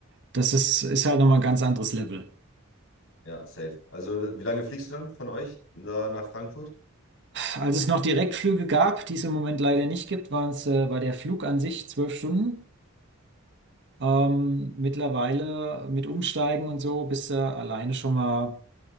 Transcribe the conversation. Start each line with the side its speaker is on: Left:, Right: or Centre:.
Right: Das ist, ist halt nochmal ein ganz anderes Level.
Left: Ja, safe. Also, wie lange fliegst du dann von euch da nach Frankfurt?
Right: Als es noch Direktflüge gab, die es im Moment leider nicht gibt, waren es äh, war der Flug an sich zwölf Stunden. Ähm, mittlerweile mit Umsteigen und so bist du alleine schon mal